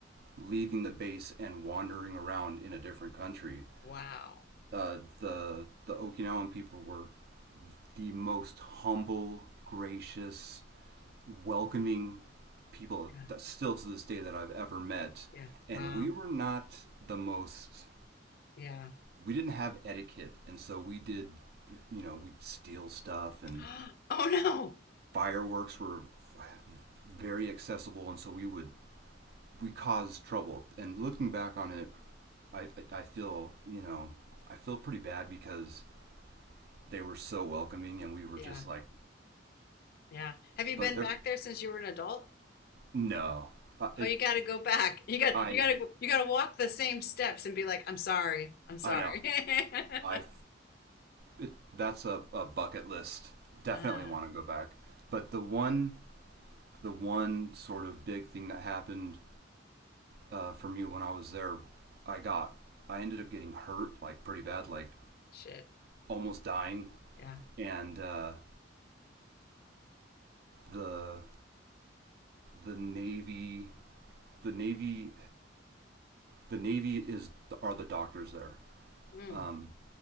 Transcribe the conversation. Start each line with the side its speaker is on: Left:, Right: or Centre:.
Right: leaving the base and wandering around in a different country.
Left: wow.
Right: Uh, the the Okinawan people were the most humble, gracious, welcoming people
Left: Yeah,
Right: that still to this day that I've ever met.
Left: yeah.
Right: And
Left: Wow.
Right: we were not the most,
Left: Yeah.
Right: we didn't have etiquette. And so we did, you know, we'd steal stuff and
Left: <gasps> Oh no.
Right: fireworks were very accessible. And so we would, we caused trouble. And looking back on it, I, I feel, you know, I feel pretty bad because they were so welcoming and we were
Left: Yeah,
Right: just like,
Left: yeah. Have you
Right: but
Left: been
Right: they're,
Left: back there since you were an adult?
Right: no, uh, it,
Left: Oh, you got to go back. You got
Right: I,
Left: you got to you got to walk the same steps and be like, "I'm sorry. I'm sorry."
Right: I know.
Left: <laughs>
Right: I it, that's a, a bucket list. Definitely
Left: Ah,
Right: want to go back. But the one the one sort of big thing that happened uh, for me when I was there, I got I ended up getting hurt like pretty bad, like
Left: shit.
Right: almost dying.
Left: Yeah.
Right: And uh, the the navy the navy the navy is are the doctors there.
Left: Mm,
Right: Um,